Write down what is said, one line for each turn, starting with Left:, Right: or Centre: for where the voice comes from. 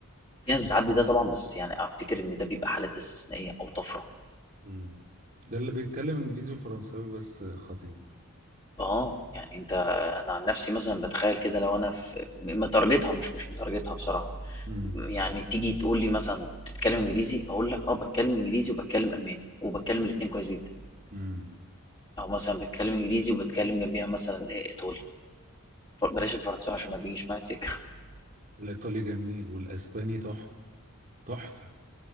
Left: في ناس بتعدي ده طبعا بس يعني أفتكر إن ده بيبقى حالات استثنائية أو طفرة
Right: مم. ده اللي بيتكلم انجليزي وفرنساوي بس خطير
Left: آه يعني أنت أنا عن نفسي مثلا بتخيل كده لو أنا في متارجتها مش مش متارجتها بصراحة
Right: امم
Left: يعني تيجي تقول لي مثلا بتتكلم إنجليزي أقول لك آه بتكلم إنجليزي وبتكلم ألماني وبتكلم الاتنين كويس جدا
Right: امم
Left: أو مثلا بتكلم إنجليزي وبتكلم جنبيها مثلا إيطالي فبلاش الفرنساوي عشان ما بيجيش معايا سكه <laughs>
Right: الإيطالي جميل والأسباني تحفة تحفة